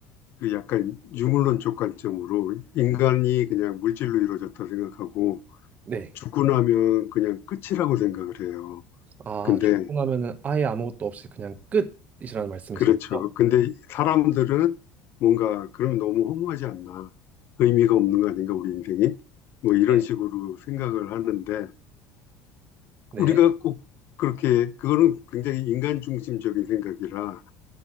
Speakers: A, on the left; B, on the right.
A: 그 약간 유물론적 관점으로 인간이 그냥 물질로 이루어졌다 생각하고
B: 네.
A: 죽고 나면 그냥 끝이라고 생각을 해요.
B: 아,
A: 근데,
B: 죽고 나면은 아예 아무것도 없이 그냥 끝이라는 말씀이신
A: 그렇죠.
B: 거죠?
A: 근데 사람들은 뭔가 그럼 너무 허무하지 않나. 의미가 없는 거 아닌가, 우리 인생이? 뭐 이런
B: 네.
A: 식으로 생각을 하는데
B: 네.
A: 우리가 꼭 그렇게, 그거는 굉장히 인간 중심적인 생각이라,